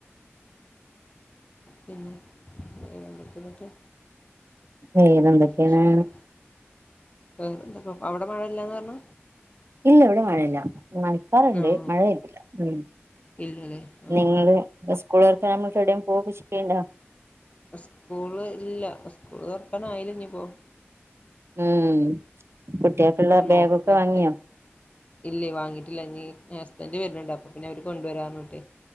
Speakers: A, on the left; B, on the right.
A: പിന്നെ എന്തെക്കെന്നെട്ട്
B: വേറെന്തൊക്കെയാണ്
A: വിശേഷങ്ങൾ എന്തുല്ല <unintelligible> അവ്ടെ മയല്ലാന്നാ പർഞ്ഞെ
B: ഇല്ല വെടെ മഴല്ല മഴക്കാറ്ണ്ട്
A: ആ
B: മഴ പെയ്തില്ലാ ഉം
A: ഇല്ലല്ലേ ആ
B: നിങ്ങെള് ഇസ്കൂള് തൊർക്കാവ്മ്പോൾത്ത് എവ്ടേം പോവൊക്കെ ചെയ്യ്ണ്ടാ
A: സ്കൂള് ഇല്ല സ്കൂള് താെർക്കാനായ്ലെഞ്ഞ്പ്പോ
B: ആയ് കുട്ട്യേക്ക്ള്ളെ
A: ഓ നോക്കട്ടെ
B: ബേഗൊക്കെ വാങ്ങ്യോ
A: ഇല്ലേ വാങ്ങീട്ടില്ല ഇനി ഹസ്ബെന്റ് വെര്ണ്‌ണ്ട് അപ്പ പിന്നെ അവെര് കൊണ്ട്‌വെരാർഞ്ഞ്ട്ടെ